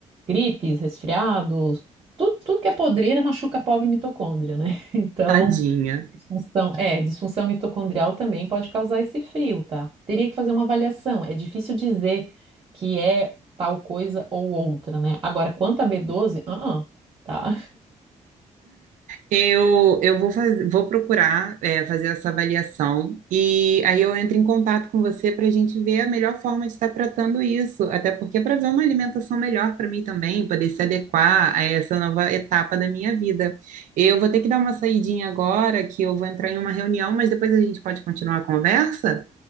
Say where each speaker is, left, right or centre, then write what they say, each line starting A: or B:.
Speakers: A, on the right; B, on the right.
A: gripes, resfriados, tudo, tudo que é podreira machuca a pobre mitocôndria, né? <laughs> Então,
B: tadinha.
A: Disfunção, é, disfunção mitocondrial também pode causar esse frio, tá? Teria que fazer uma avaliação. É difícil dizer que é tal coisa ou outra, né? Agora, quanto a B12, ah, ah, tá.
B: Eu, eu vou, faz- vou procurar, é, fazer essa avaliação e aí eu entro em contato com você para a gente ver a melhor forma de estar tratando isso, até porque para ver uma alimentação melhor para mim também, poder se adequar a essa nova etapa da minha vida. Eu vou ter que dar uma saidinha agora, que eu vou entrar em uma reunião, mas depois a gente pode continuar a conversa?